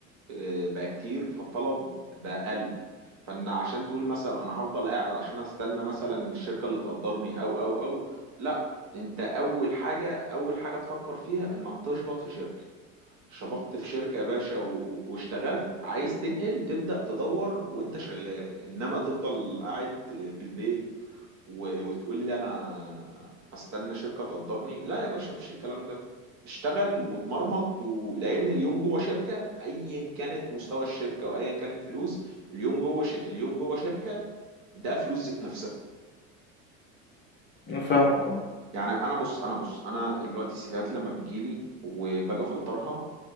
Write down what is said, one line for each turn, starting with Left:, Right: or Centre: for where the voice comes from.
Right: آه، بقى كتير فالطلب بقى قل فإن عشان تقول مثلا أنا هفضل قاعد عشان أستنى مثلا الشركة اللي تقدرني أو أو أو لا أنت أول حاجة أول حاجة تفكر فيها إنك تشبط في شركة شبطت في شركة يا باشا و- و- واشتغلت عايز تنقل تبدأ تدور وانت شغال انما تفضل قاعد في البيت و- وتقول لي انا هستنى شركة تقدرني لا يا باشا مفيش الكلام ده اشتغل واتمرمط و... لان اليوم جوه شركة ايا كانت مستوى الشركة وايا كان الفلوس اليوم جوه ش... اليوم جوه شركة ده فلوس ذات نفسها
Left: أنا فاهمك اه
Right: يعني انا بص انا بص انا دلوقتي السيفيهات لما بتجيلي وباجي افلترها